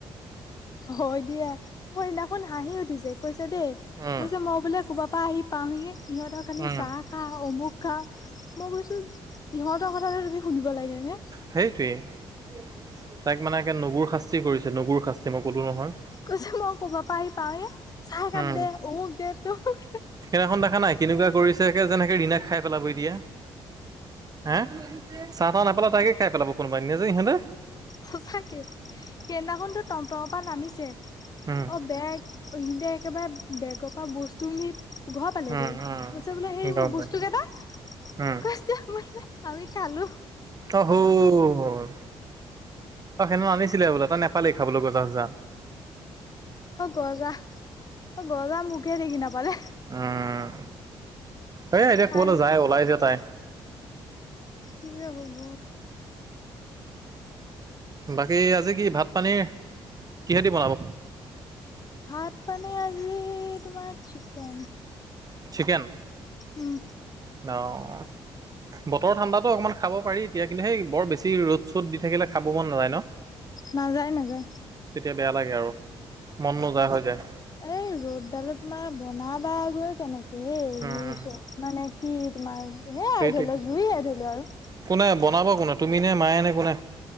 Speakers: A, on the left; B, on the right.
A: হয়, দিয়া মই সেইদিনা খন হাঁহি উঠিছে, কৈছে দেই
B: উম
A: কৈছে মই বোলে ক'ৰবাৰ পৰা আহি পাওঁহিে ইহঁতৰ খালি
B: উম
A: চাহ খা অমুক খা, মই কৈছো ইহঁতৰ কথাটোটো তুমি শুনিব লাগে নে।
B: সেইটোৱেই তাইক মানে একে নুগুৰ শাস্তি কৰিছে নুগুৰ শাস্তি, মই ক'লোঁ নহয়।
A: কৈছে মই ক'ৰবৰ পৰা আহি পাওহে, চাহ একাপ
B: উম
A: দে অমুক দে তমুক দে।
B: সেইদিনাখন দেখা নাই কেনেকুৱা কৰিছে একে যেন ৰিনাক খাই পেলাব এতিয়া হা? চাহ তাহ নাপাল তাইকে খাই পেলাব কোনোবা দিনা যে ইহঁতে।
A: সঁচাকে সেইদিনাখনতো টম-টমৰ পৰা নামিছে।
B: উম।
A: অ', বেগ ইহঁতে একেবাৰে বেগৰ পৰা বস্তু নি ঘৰ পালেগৈ
B: উম উম
A: কৈছে বোলে হেৰি
B: গম
A: মোৰ বস্তু
B: পাইছোঁ
A: কেইটা।
B: উম
A: আমি খালোঁ।
B: অ', হ'ল অ', সেইদিনাখন আনিছিলে বোলে তাই নেপালেই খাবলৈ গজা-চজা।
A: অ', গজা অ', গজা মোখেই দেখি নাপালে।
B: উম, এইয়া এতিয়া
A: খাই
B: ক'বালে
A: বৈ
B: যায়,
A: খতম
B: ওলাই চে তাই।
A: কি যে হ'ব।
B: বাকী আজি কি ভাত পানীৰ কিহেদি বনাব?
A: ভাত মানে আজি তোমাৰ চিকেন।
B: চিকেন
A: উম
B: অ'। বতৰ ঠাণ্ডাটো অকণমান খাব পাৰি এতিয়া, কিন্তুে এই বৰ বেছি ৰ'দ-চ'দ দি থাকিলে খাব মন নাযায় ন'? <inaudible>
A: নাযায় নাযায়।
B: তেতিয়া বেয়া লাগে আৰু মন নোযায় হৈ যায়।
A: এই ৰ'দডালত তোমাৰ বনাবাগৈয়ে কেনেকে হেই
B: উম
A: জুই ওচৰত। মানে কি তোমাৰ সেয়াই
B: সেইটোৱে
A: আৰু ধৰি লোৱা জুইে ধৰি লোৱা আৰু।
B: কোনে বনাবা কোনে তুমি নে মায়ে নে কোনে?